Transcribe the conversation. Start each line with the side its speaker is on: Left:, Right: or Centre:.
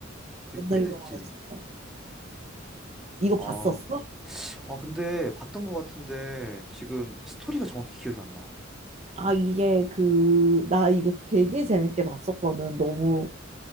Centre: 그게
Right: 옛날
Centre: 꽤 됐지.
Right: 영화네 진짜. 이거
Centre: 아,
Right: 봤었어?
Centre: 아 근데 봤던 것 같은데 지금 스토리가 정확히 기억이 안 나.
Right: 아, 이게 그, 나 이거 되게 재밌게 봤었거든. 너무